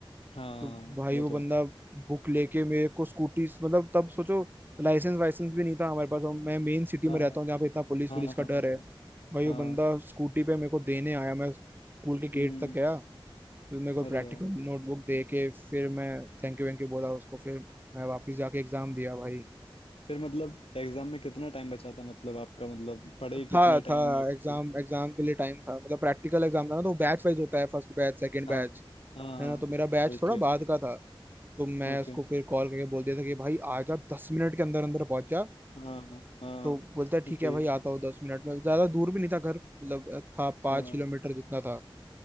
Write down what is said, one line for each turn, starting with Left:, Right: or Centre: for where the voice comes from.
Left: हाँ
Right: तो भाई
Left: वो
Right: वो
Left: तो
Right: बंदा
Left: है
Right: बुक लेके मेरे को स्कूटी मतलब तब सोचो लाइसेंस वाइसेंस भी नहीं था हमारे पास हम- मैं मेन सिटी
Left: हाँ
Right: में रहता हूँ जहाँ पे इतना पुलिस
Left: हाँ
Right: पुलिस
Left: हाँ
Right: का डर
Left: हाँ
Right: है भाई
Left: हाँ,
Right: वो बंदा स्कूटी पे मेरे को देने आया मैं स्कूल के गेट
Left: हम्म
Right: तक गया फिर मेरे को
Left: अरे
Right: प्रैक्टिकल
Left: यार
Right: नोटबुक दे के फिर मैं थैंक यू वैंक यू बोला उसको फिर मैं वापस जाके एग्जाम दिया भाई
Left: फिर मतलब एग्जाम में कितना टाइम बचा था मतलब आपका मतलब पढ़े
Right: था
Left: कितने
Right: था
Left: टाइम में एग्जाम
Right: एग्जाम
Left: देने के लिए?
Right: एग्जाम के लिए टाइम था मतलब प्रैक्टिकल एग्जाम था ना तो बैच वाइज होता है फर्स्ट बैच सेकंड
Left: हाँ
Right: बैच
Left: हाँ हाँ
Right: है ना तो मेरा बैच
Left: ओके
Right: थोड़ा बाद का था तो मैं
Left: ओके
Right: उसको फिर कॉल करके बोल दिया था कि भाई आ जा दस मिनट के अंदर अंदर पहुंच जा
Left: हाँ हाँ
Right: तो बोलता है
Left: ठीक
Right: ठीक है भाई आता
Left: है
Right: हूँ दस मिनट में ज्यादा दूर भी नहीं था घर मतलब था पाँच
Left: हाँ
Right: किलोमीटर जितना था